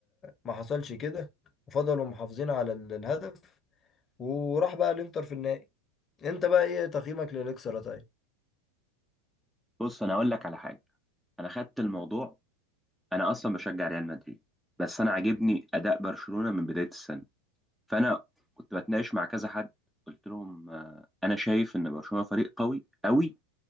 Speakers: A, on the left; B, in the centre.
A: ما حصلش كده وفضلوا محافظين على ال- الهدف وراح بقى الانتر في النهائي انت بقى ايه تقييمك للاكسرة طيب
B: بص انا اقول لك على حاجة انا خدت الموضوع انا اصلا بشجع ريال مدريد بس انا عاجبني اداء برشلونة من بداية السنة فانا كنت بتناقش مع كذا حد قلت لهم آه، انا شايف ان برشلونه فريق قوي قوي